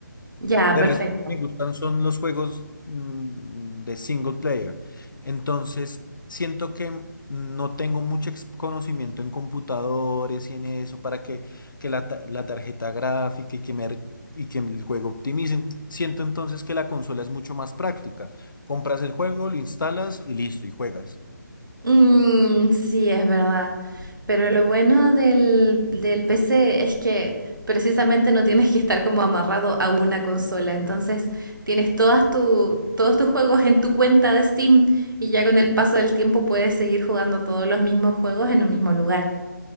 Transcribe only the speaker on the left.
De
resto, lo que me gustan son los juegos mm, de single player. Entonces, siento que no tengo mucho ex- conocimiento en computadores y en eso para que, que la, ta- la tarjeta gráfica y que, me, ar- y que el juego optimicen. Siento entonces que la consola es mucho más práctica. Compras el juego, lo instalas y listo, y juegas.